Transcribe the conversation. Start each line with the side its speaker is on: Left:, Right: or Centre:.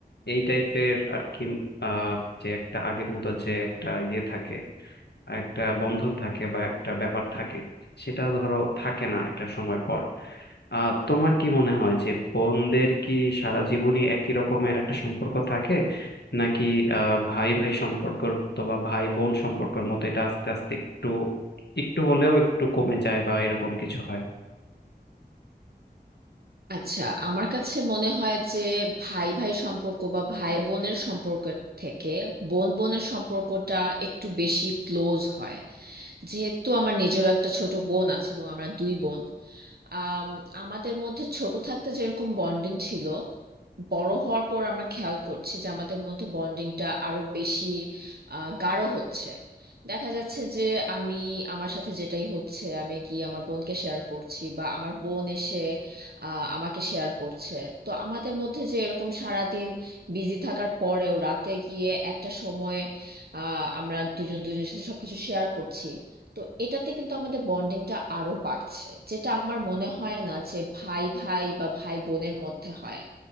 Left: এই টাইপের আর কি আহ, যে একটা আগের মতো যে একটা ইয়ে থাকে একটা বন্ধন থাকে বা একটা ব্যাপার থাকে সেটা ধরো থাকে না একটা সময় পর আহ তোমার কি মনে হয় যে বোনদের কি সারা জীবনই একই রকমের একটা সম্পর্ক থাকে নাকি আহ ভাই ভাই সম্পর্ক অথবা ভাই বোন সম্পর্কের মতো এটা আস্তে আস্তে একটু একটু হলেও একটু কমে যায় বা এরকম কিছু হয়
Right: আচ্ছা আমার কাছে মনে হয় যে ভাই ভাই সম্পর্ক বা ভাই বোনের সম্পর্ক থেকে বোন বোনের সম্পর্কটা একটু বেশি ক্লোজ হয় যেহেতু আমার নিজেরও একটা ছোট বোন আছে এবং আমরা দুই বোন আম, আমাদের মধ্যে ছোট থাকতে যেরকম বন্ডিং ছিল বড় হওয়ার পর আমরা খেয়াল করছি যে আমাদের মধ্যে বন্ডিংটা আরো বেশি আহ, গাঢ় হচ্ছে দেখা যাচ্ছে যে আমি আমার সাথে যেটাই হচ্ছে আমি গিয়ে আমার বোনকে শেয়ার করছি বা আমার বোন এসে আহ, আমাকে শেয়ার করছে তো আমাদের মধ্যে যে এরকম সারাদিন বিজি থাকার পরেও রাতে গিয়ে একটা সময়ে আহ, আমরা দুজন দুজনের সাথে সবকিছু শেয়ার করছি তো এটাতে কিন্তু আমাদের বন্ডিংটা আরো বাড়ছে যেটা আমার মনে হয় না যে ভাই ভাই বা ভাই বোনের মধ্যে হয়